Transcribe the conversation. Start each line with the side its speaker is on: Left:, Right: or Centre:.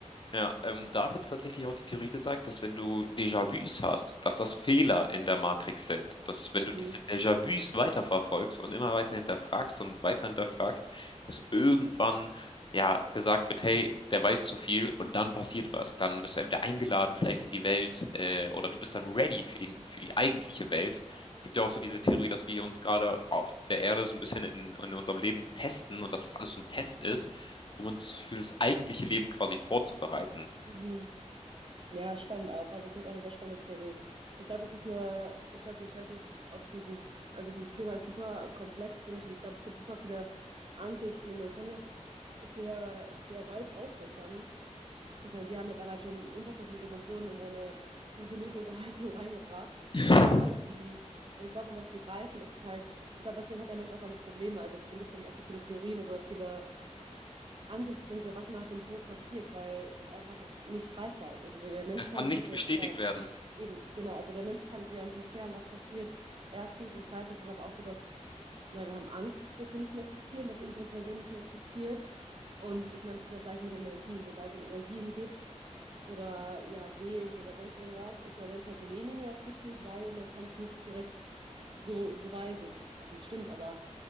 Left: Ja, ähm, da wird tatsächlich auch die Theorie gesagt, dass wenn du Déjà-vus hast, dass das Fehler in der Matrix sind. Dass wenn
Right: Mhm.
Left: du diese Déjà-vus weiterverfolgst und immer weiter hinterfragst und weiter hinterfragst, dass irgendwann ja gesagt wird, hey, der weiß zu viel und dann passiert was. Dann wirst du entweder eingeladen vielleicht in die Welt äh, oder du bist dann ready für die, für die eigentliche Welt. Es gibt ja auch so diese Theorie, dass wir uns gerade auf der Erde so ein bisschen in, in unserem Leben testen und dass das alles so ein Test ist um uns für das eigentliche Leben quasi vorzubereiten.
Right: Mhm. Ja, spannend auch. Also finde ich auch eine sehr spannende Theorie. Ich glaube, das ist eine, ich weiß nicht, ich weiß nicht, ob dieses, also dieses Thema ist super komplex, finde ich, und ich glaube, es gibt super viele Ansichten und man kann das sehr, sehr weit auffächern. Ich meine, wir haben jetzt allein schon unfassbar viele Dimensionen in eine fünf Minuten Unterhaltung <laughs> reingebracht.
Left: <laughs>
Right: Ähm, Und ich glaube, um das zu greifen, ist es halt, ich glaube, deswegen hat der Mensch auch damit Probleme. Also deswegen gibt es, glaube auch so viele Theorien und so viele Ansichtspunkte, was nach dem Tod passiert, weil es einfach nicht greifbar ist. Also der Mensch
Left: es
Right: kann
Left: kann
Right: sich
Left: nichts
Right: nicht erklären.
Left: bestätigt werden.
Right: Eben, genau. Also der Mensch kann sich auch nicht erklären, was passiert. Erstens und zweitens ist aber auch so, dass na, wir haben Angst, dass wir nicht mehr existieren, dass unsere Person nicht mehr existiert. Und ich meine, das ist das Gleiche mit Energien. Sobald es um Energien gibt oder ja Seelen oder sonst irgendwas, ist der Mensch halt so, nee, nee, nee, das gibt's nicht, weil man kann es nicht direkt f- so beweisen, was auch nicht stimmt. Aber